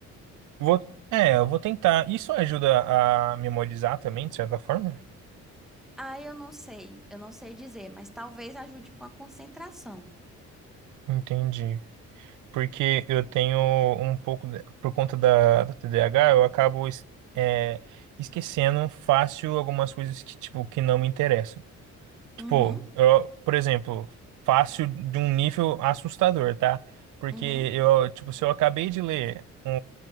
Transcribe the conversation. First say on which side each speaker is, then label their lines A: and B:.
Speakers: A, on the right; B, in the centre.
A: Vou, é, eu vou tentar. Isso ajuda a memorizar também, de certa forma?
B: Ah, eu não sei, eu não sei dizer, mas talvez ajude com a concentração.
A: Entendi. Porque eu tenho um pouco, de- por conta da, da TDAH, eu acabo es- é, esquecendo fácil algumas coisas que, tipo, que não me interessam. Tipo,
B: Uhum,
A: eu, por exemplo, fácil de um nível assustador, tá? Porque
B: uhum,
A: eu, tipo, se eu acabei de ler um,